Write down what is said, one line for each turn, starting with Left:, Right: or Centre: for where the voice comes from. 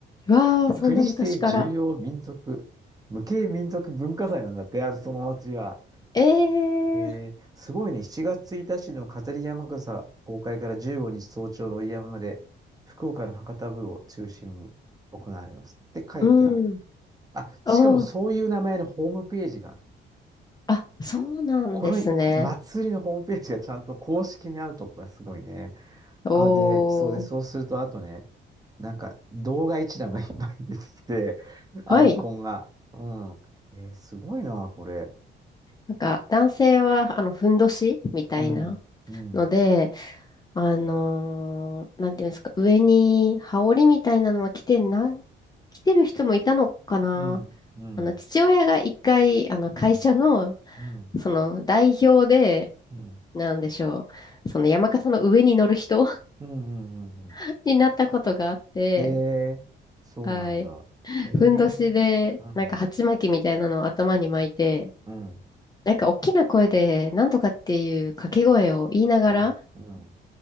Left: わあ、そんな昔から。
Right: 国指定重要民族、無形民族文化財なんだって、あるそのお祭りは。
Left: ええ
Right: えー、すごいね。7月1日の飾り山笠公開から15日早朝の追い山まで、福岡の博多部を中心に行われます。って書いてある。
Left: うん。
Right: あ、しかもそういう名前のホームページがある。
Left: おー。あ、そうなんですね。
Right: この祭りのホームページがちゃんと公式にあるとこがすごいね。
Left: おー。
Right: あ、で、そうで、そうすると、あとね、なんか動画一覧がいっぱい出てきて、アイコンが。
Left: はい。
Right: うん。えー、すごいな、これ。
Left: なんか、男性は、あの、ふんどしみたいな
Right: うん、うん、
Left: ので、あのーなんていうんですか、上に羽織みたいなのは着てんな、着てる人もいたのかな。
Right: うん、うん、
Left: あの、父親が一回、あの、
Right: うん、
Left: 会社の、
Right: うん。
Left: その、代表で、
Right: うん。
Left: なんでしょう、その山笠の上に乗る人
Right: うん、うん、うん、うん。
Left: <laughs> になったことがあって、
Right: ええ、そうなんだ。
Left: はい。
Right: ええ、
Left: ふんどしで、
Right: うん、
Left: なんか鉢巻きみたいなのを頭に巻いて、
Right: うん、
Left: なんか大きな声で、なんとかっていう掛け声を言いながら、
Right: うん、うん、うん、